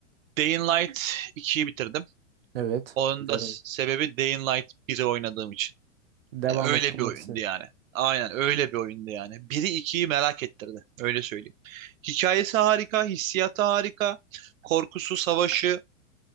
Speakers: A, on the right (about 80°); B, on the right (about 45°).
A: Day in Light 2'yi bitirdim.
B: Evet.
A: Onun
B: Güzel
A: da s-
B: oyun.
A: sebebi Day in Light 1'i oynadığım için.
B: Devam
A: Yani öyle
B: ettirmek
A: bir oyundu
B: istedim.
A: yani. Aynen öyle bir oyundu yani. Biri ikiyi merak ettirdi. Öyle söyleyeyim. Hikayesi harika, hissiyatı harika. Korkusu, savaşı,